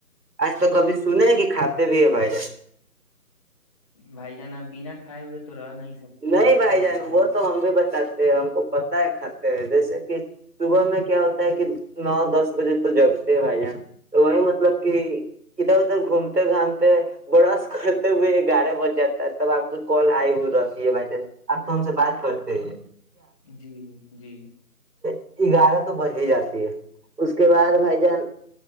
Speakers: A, on the right; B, on the left.
A: آج تو کبھی سنے ہیں کہ کھاتے بھی ہے بھائی جان
B: بھائی جانا بنا کائے ہوئے تو رہ نہیں سکتے ہیں
A: نہیں
B: انسان
A: بھائی جان
B: تو کھا
A: وہ تو ہم بھی بتاکتے ہیں ہم کو پت ہے کھاتے ہو جیسے کہ صبح میں کیا ہوتا ہے کہ نو دس بجے تو جگتے ہیں بھائی جان تو وہی مطلب کہ ادھر ادھر گھومتے گھامتے برش کرتے ہوئے گیارہ بج جاتا ہے تب آپ کا کال آئی ہوئی ر ج بھائی آپ تو ہم سے بات کرتے ہیں
B: جی جی
A: گیارہ تو بج ہی جاتی ہے اس کے بعد بھائی جان